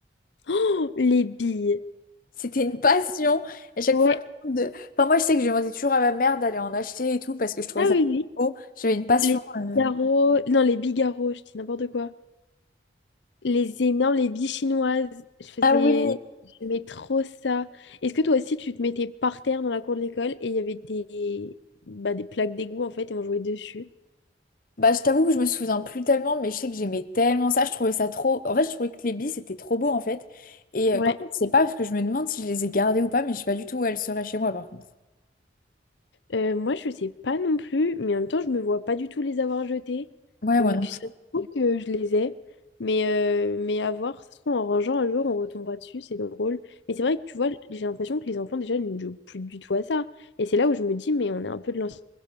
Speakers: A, on the left (about 80°); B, on the left (about 50°).
A: Oh, les billes.
B: C'était une passion. À chaque
A: Ouais.
B: fois, de- enfin, moi, je sais que je demandais toujours à ma mère d'aller en acheter et tout parce que je trouvais
A: Ah
B: ça
A: oui, oui.
B: trop beau. J'avais une passion.
A: Les
B: euh.
A: bigarros. Non, les bigarros, je dis n'importe quoi. Les énormes, les billes chinoises. Je faisais.
B: Ah oui.
A: J'aimais trop ça. Est-ce que toi aussi, tu te mettais par terre dans la cour de l'école et il y avait des, bah, des plaques d'égout en fait et on jouait dessus?
B: Bah, je t'avoue que je me souviens plus tellement, mais je sais que j'aimais tellement ça. Je trouvais ça trop. En fait, je trouvais que les billes, c'était trop beau, en fait. Et
A: Ouais.
B: euh, par contre, je sais pas, parce que je me demande si je les ai gardées ou pas, mais je sais pas du tout où elles seraient chez moi, par contre.
A: Euh, moi, je sais pas non plus, mais en même temps, je me vois pas du tout les avoir jetés.
B: Ouais,
A: Donc,
B: moi non.
A: ça
B: plus.
A: se trouve que je les ai. Mais, euh, mais à voir, ça se trouve, en rangeant un jour, on retombera dessus, c'est drôle. Mais c'est vrai que tu vois, j'ai l'impression que les enfants, déjà, ne jouent plus du tout à ça. Et c'est là où je me dis, mais on est un peu de l'ancienne